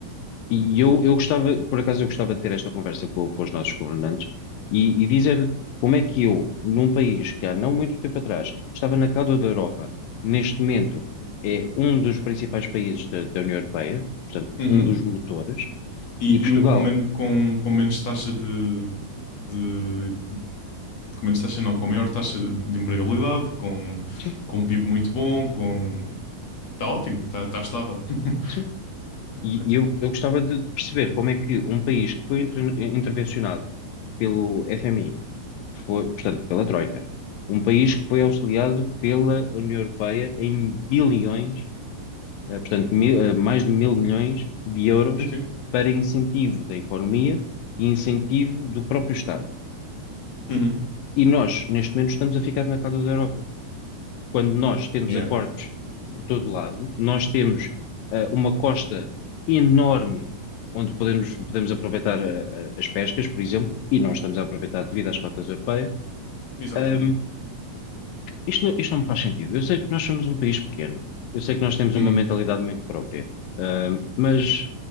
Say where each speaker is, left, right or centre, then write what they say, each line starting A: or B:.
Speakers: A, on the left; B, on the left.
A: E eu, eu gostava, por acaso, eu gostava de ter esta conversa com, com os nossos governantes e, e dizer-lhe como é que eu, num país que há não muito tempo atrás estava na cauda da Europa, neste momento é um dos principais países da, da União Europeia, portanto,
B: Uhum.
A: um dos motores,
B: E,
A: e
B: e
A: Portugal,
B: um com, men com, com menos taxa de, de. Com menos taxa, não, com maior taxa de, de empregabilidade, com,
A: sim,
B: com um PIB muito bom, com. Está ótimo, está tá tá estável. <laughs>
A: sim. E
B: Continua.
A: eu, eu gostava de, de perceber como é que um país que foi inter- intervencionado pelo FMI, que foi, portanto, pela Troika, um país que foi auxiliado pela União Europeia em bilhões eh, portanto, mil- eh, mais de mil milhões de euros
B: Sim, sim.
A: para incentivo da economia e incentivo do próprio Estado.
B: Uhum.
A: E nós, neste momento, estamos a ficar na cauda da Europa. Quando nós temos
B: Yeah.
A: acordos por todo lado, nós temos eh, uma costa enorme onde podemos, podemos aproveitar eh, eh, as pescas, por exemplo, e nós estamos a aproveitar devido às cotas europeias.
B: Exatamente.
A: ehm, Isto, não- isto não me faz sentido. Eu sei que nós somos um país pequeno, eu sei que nós temos
B: Uhum.
A: uma mentalidade muito própria, Ahm, mas